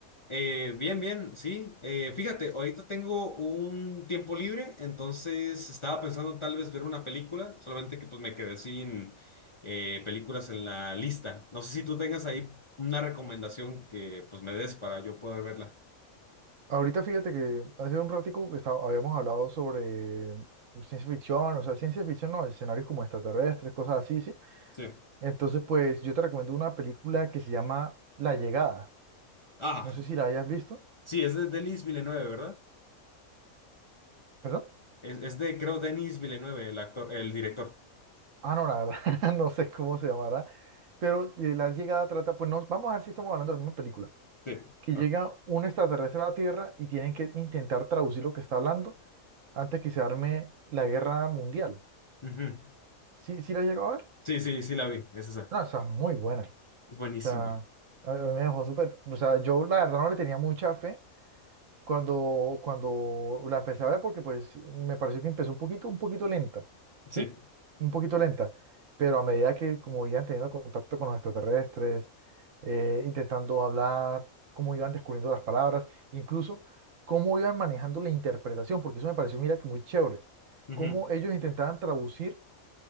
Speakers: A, on the left; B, on the right.
A: Eh, bien, bien, sí. Eh, fíjate, ahorita tengo un tiempo libre, entonces estaba pensando tal vez ver una película, solamente que pues me quedé sin eh, películas en la lista. No sé si tú tengas ahí una recomendación que pues me des para yo poder verla.
B: Ahorita fíjate que hace un ratico que estaba- habíamos hablado sobre ciencia ficción, o sea, ciencia ficción, no, escenarios como extraterrestres, cosas así, ¿sí?
A: Sí.
B: Entonces, pues yo te recomiendo una película que se llama La Llegada.
A: Ah,
B: No sé si la hayas visto,
A: sí, es de Denis Villeneuve, ¿verdad?
B: ¿perdón?
A: Es, es de, creo, Denis Villeneuve, el actor, el director.
B: Ah, no, la verdad, <laughs> no sé cómo se llamará, pero eh, La Llegada trata, pues nos, vamos a ver si estamos hablando de la misma película,
A: Sí.
B: que
A: Ok.
B: llega un extraterrestre a la Tierra y tienen que intentar traducir lo que está hablando antes que se arme la guerra mundial.
A: Ujú.
B: ¿Sí, sí la llegó a ver?
A: Sí, sí, sí la vi, es esa.
B: No, o sea, muy buena.
A: Es buenísimo.
B: O sea, a- a mí me dejó súper... O sea, yo la verdad no le tenía mucha fe cuando, cuando la empecé a ver porque pues me pareció que empezó un poquito, un poquito lenta,
A: Sí.
B: ¿sí? Un poquito lenta. Pero a medida que como iban teniendo contacto con los extraterrestres, eh, intentando hablar, cómo iban descubriendo las palabras, incluso cómo iban manejando la interpretación, porque eso me pareció, mira, que muy chévere.
A: Ujú,
B: Cómo ellos intentaban traducir